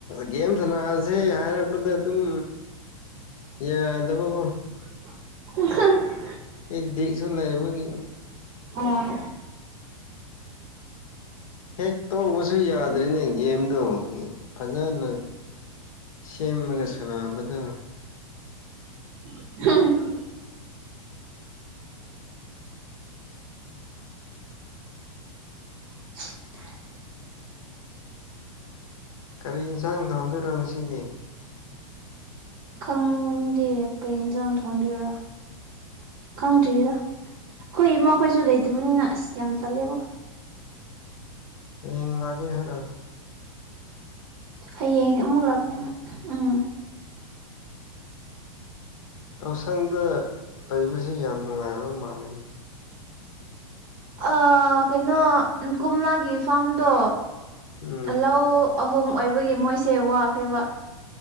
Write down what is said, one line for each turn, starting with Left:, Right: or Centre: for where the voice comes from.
Left: ꯒꯦꯝ ꯁꯅꯥꯁꯦ ꯍꯥꯏꯔꯛꯄꯗ ꯑꯗꯨꯝ ꯌꯥ ꯗꯕꯕꯨ
Right: <unintelligible>
Left: ꯑꯩ ꯗꯦꯛꯁꯨ ꯂꯩꯕꯒꯤ
Right: ꯑꯣ
Left: ꯍꯦꯛ ꯇꯣꯛꯕꯁꯨ ꯌꯥꯗ꯭ꯔꯤꯅꯦ ꯒꯦꯝꯗꯣ ꯐꯖꯅ ꯁꯦꯝꯃꯒ ꯁꯅꯥꯕꯗꯣ
Right: <unintelligible> <inaudible>
Left: ꯀꯔꯤ ꯌꯦꯟꯁꯥꯡ ꯊꯥꯡꯗꯣꯏꯔꯣ ꯉꯁꯤꯗꯤ
Right: ꯈꯪꯗꯦ ꯀꯩ ꯏꯟꯁꯥꯡ ꯊꯣꯡꯗꯣꯏꯔꯥ ꯈꯪꯗ꯭ꯔꯗ ꯑꯩꯈꯣꯏ ꯏꯃꯥꯈꯣꯏꯁꯨ ꯂꯩꯇꯕꯅꯤꯅ ꯑꯁ ꯌꯥꯝ ꯇꯜꯂꯦꯕꯣ
Left: ꯍꯌꯦꯡ ꯂꯥꯛꯒꯦ ꯍꯥꯏꯔꯣ
Right: ꯍꯌꯦꯡ ꯑꯃꯨꯛ ꯂꯥꯛꯀꯅꯤ ꯍꯣꯏ ꯎꯝ
Left: ꯌꯥꯎꯁꯪꯗ ꯂꯩꯕꯁꯤ ꯌꯥꯝ ꯅꯨꯡꯉꯥꯏꯕ ꯃꯥꯟꯅꯤꯅꯦ
Right: ꯑ ꯀꯩꯅꯣ ꯀꯣꯝꯂꯥꯒꯤ ꯐꯥꯔꯝꯗꯣ
Left: ꯎꯝ
Right: ꯂꯧ ꯑꯍꯨꯝ ꯑꯣꯏꯕꯒꯤ ꯃꯣꯏꯁꯦ ꯋꯥꯈ꯭ꯔꯦꯕ